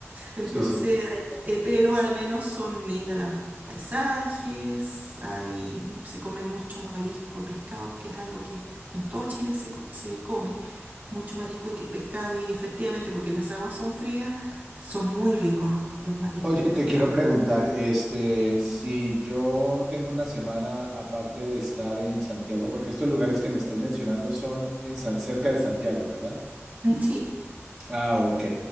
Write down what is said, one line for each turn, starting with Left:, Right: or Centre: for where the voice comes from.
Right: Entonces,
Centre: sí, sí.
Right: hay- eh, pero al menos son lindas los paisajes, hay, mm, se come mucho marisco y pescado, que es algo que en todo Chile se, co- se come, mucho marisco y que- pescado, y efectivamente, porque las aguas son frías, son muy ricos los, los mariscos
Centre: Oye,
Right: y los pescados.
Centre: te quiero preguntar, este, si yo tengo una semana aparte de estar en Santiago, porque estos lugares que me estás mencionando son en San- cerca de Santiago, ¿verdad?
Right: Mm, Sí,
Centre: Ah, ok.